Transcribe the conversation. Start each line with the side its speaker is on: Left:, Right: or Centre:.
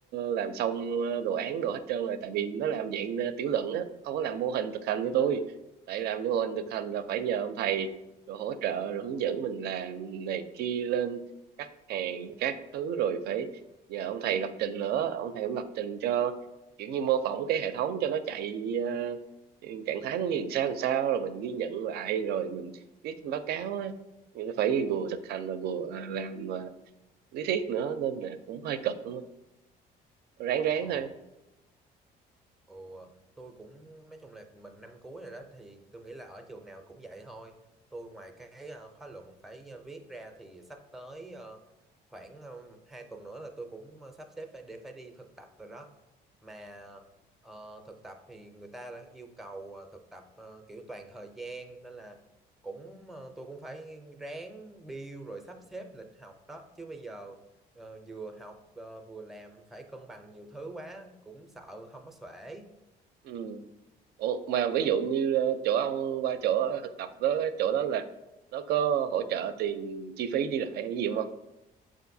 Right: làm xong ờ, đồ án đồ hết trơn rồi tại vì nó làm dạng ờ, tiểu luận á không có làm mô hình thực hành
Centre: Ừ.
Right: như tôi tại làm mô hình thực hành là phải nhờ ông thầy rồi hỗ trợ rồi hướng dẫn mình làm này kia lên cắt hàng các thứ rồi phải nhờ ông thầy lập trình nữa ông thầy cũng lập trình cho kiểu như mô phỏng cái hệ thống cho nó chạy ờ, trạng thái nó như làm sao làm sao rồi mình ghi nhận lại rồi mình viết báo cáo á Nhưng phải vừa thực hành và vừa à, làm à, lý thuyết nữa nên là cũng hơi cực đúng không ráng ráng
Centre: Ờ.
Right: thôi
Centre: Ồ, tôi cũng nói chung là mình năm cuối rồi đó thì tôi nghĩ là ở trường nào cũng vậy thôi. Tôi ngoài cái ờ, khóa luận phải ờ, viết ra thì sắp tới ờ, khoảng uh, 2 tuần nữa là tôi cũng ờ, sắp xếp phải để phải đi thực tập rồi đó. Mà ờ, thực tập thì người ta đã yêu cầu ờ, thực tập ờ, kiểu toàn thời gian nên là cũng ờ, tôi cũng phải ráng deal rồi sắp xếp lịch học đó chứ bây giờ ờ, vừa học ờ, vừa làm phải cân bằng nhiều thứ quá cũng sợ không có xuể
Right: ừ. Ủa, mà ví dụ như ờ, chỗ ông qua chỗ thực tập đó chỗ đó là nó có hỗ trợ tiền chi phí đi lại hay gì không